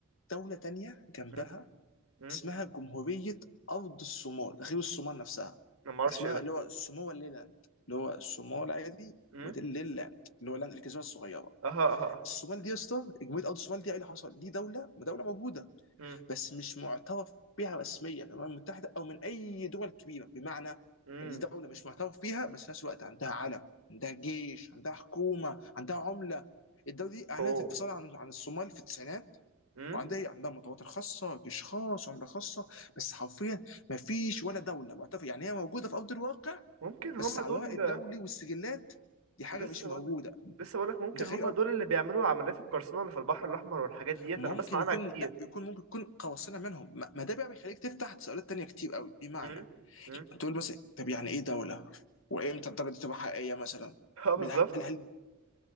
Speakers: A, on the left (about 60°); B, on the right (about 75°).
A: دوله تانيه جنبها
B: مم؟ مم؟
A: اسمها جمهورية أرض الصومال غير الصومال نفسها
B: أنا معرفش
A: اسمها
B: إيه ده
A: اللي هو سوماليلاند اللي هو الصومال عادي
B: مم؟
A: ودي الليلاند اللي هو لاند الجزيرة الصغيرة
B: أها أها أها
A: الصومال دي يا اسطى جمهورية أرض الصومال دي ايه اللي حصل دي دولة دولة موجودة
B: مم؟
A: بس مش معترف بها رسميا من الأمم المتحدة أو من أي دول كبيرة بمعنى
B: مم؟
A: يعني دي دولة مش معترف بيها بس في نفس الوقت عندها علم عندها جيش عندها حكومة عندها عملة الدولة دي أعلنت
B: أوه.
A: انفصالها عن عن الصومال في التسعينات
B: مم؟
A: وعندها ايه عندها مطارات خاصه جيش خاص عمله خاصه بس حرفيا ما فيش ولا دوله معترف يعني هي موجوده في ارض الواقع
B: ممكن هما
A: بس على
B: دول
A: الورق الدولي والسجلات دي حاجه
B: لسه
A: مش موجوده
B: بقول لسه بقولك ممكن
A: ده غير
B: هما دول اللي بيعملوا عمليات القرصنة اللي في البحر الأحمر والحاجات ديت
A: ممكن
B: أنا بسمع
A: يكون
B: عنها كتير
A: لا بيكون ممكن يكون قواصنا منهم ما ما ده بقى بيخليك تفتح تساؤلات تانية كتير قوي بمعنى
B: امم امم
A: تقول مثلا طب يعني ايه دوله وامتى الدوله دي تبقى حقيقيه مثلا
B: <laughs> اه بالظبط
A: بال- هل هل